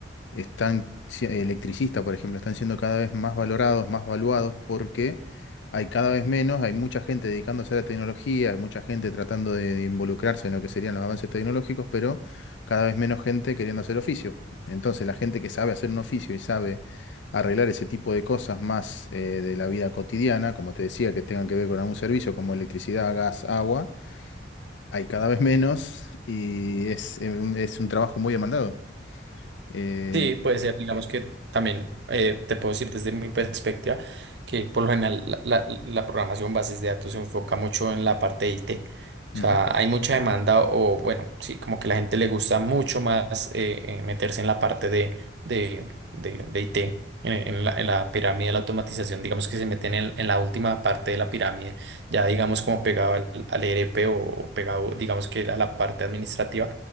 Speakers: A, on the left; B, on the right.
A: están, si- electricistas, por ejemplo, están siendo cada vez más valorados, más valuados, porque hay cada vez menos, hay mucha gente dedicándose a la tecnología, hay mucha gente tratando de, de involucrarse en lo que serían los avances tecnológicos, pero cada vez menos gente queriendo hacer oficios. Entonces, la gente que sabe hacer un oficio y sabe arreglar ese tipo de cosas más eh, de la vida cotidiana, como te decía, que tengan que ver con algún servicio como electricidad, gas, agua, hay cada vez menos y es, es un trabajo muy demandado. Eh,
B: Sí, puede ser, digamos que también eh, te puedo decir desde mi perspectiva que por lo general la, la- la programación bases de datos se enfoca mucho en la parte de IT.
A: ujú,
B: O sea, hay mucha demanda o bueno, sí, como que la gente le gusta mucho más eh, eh, meterse en la parte de, de, de- de IT, en, en la, en la pirámide de la automatización, digamos que se meten en, en la última parte de la pirámide, ya digamos como pegado al, al ERP o pegado digamos que a la parte administrativa